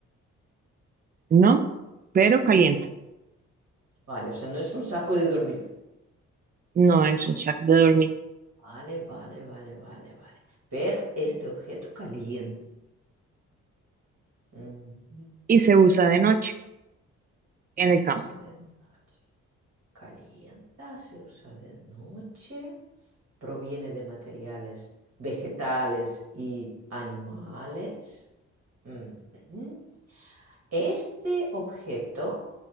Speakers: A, on the right (about 30°); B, on the right (about 45°).
A: No, pero calienta.
B: Vale, o sea, no es un saco de dormir.
A: No es un sac de dormir
B: Vale, vale, vale, vale, vale. Pero este objeto calienta. Ujú.
A: y se usa de noche en
B: Se
A: el campo.
B: usa de noche. Calienta, se usa de noche. proviene de materiales vegetales y animales. Mm -hmm. ¿Este objeto